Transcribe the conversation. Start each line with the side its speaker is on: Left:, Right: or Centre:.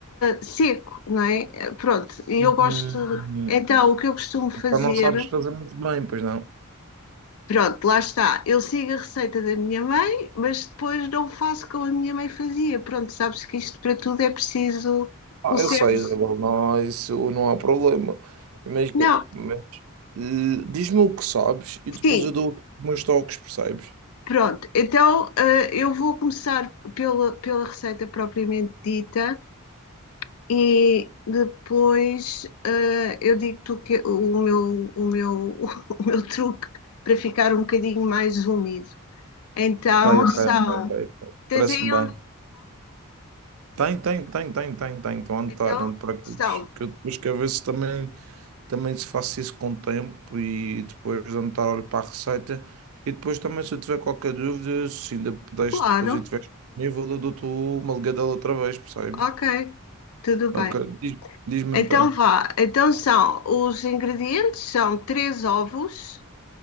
Left: seco, não é? Pronto, e
Right: Hum,
Left: eu gosto. Então, o que eu costumo fazer,
Right: pá, não sabes fazer muito bem, pois não?
Left: pronto, lá está. Eu sigo a receita da minha mãe, mas depois não faço como a minha mãe fazia. Pronto, sabes que isto para tudo é preciso
Right: Ah,
Left: um certo.
Right: eu sei, Isabel, não, isso não há problema. Imagina,
Left: Não,
Right: mas, eh, diz-me o que sabes e depois
Left: sim,
Right: eu dou os meus toques, percebes?
Left: pronto. Então, eh, eu vou começar pela, pela receita propriamente dita e depois eh, eu digo-te o, que- o meu, o, meu, <laughs> o meu truque para ficar um bocadinho mais úmido. Então
Right: Ok, ok,
Left: são.
Right: ok, ok. ok.
Left: Tens
Right: Parece-me
Left: aí onde?
Right: bem. Tem, tem, tem, tem, tem, tem. Estão a notar,
Left: Então
Right: não te preocupes.
Left: são.
Right: Que eu depois quero ver se também, também se faço isso com o tempo e depois de anotar, olho para a receita. E depois também, se eu tiver qualquer dúvida, se ainda puderes
Left: Claro.
Right: depois e tiveres disponível, eu dou-te uma ligadela outra vez, percebes?
Left: Ok. Tudo bem.
Right: Ok, diz, diz-me
Left: Então
Right: então.
Left: vá. Então são. Os ingredientes são três ovos.